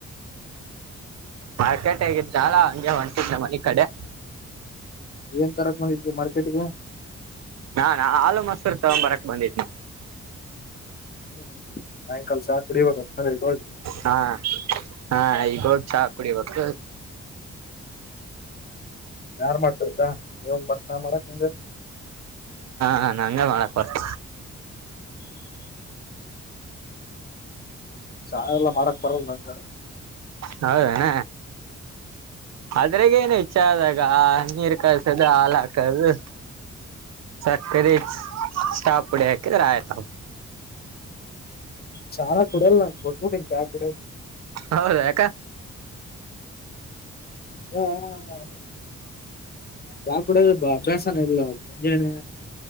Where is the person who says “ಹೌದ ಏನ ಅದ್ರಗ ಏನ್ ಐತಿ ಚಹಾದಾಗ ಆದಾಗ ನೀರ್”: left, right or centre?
Right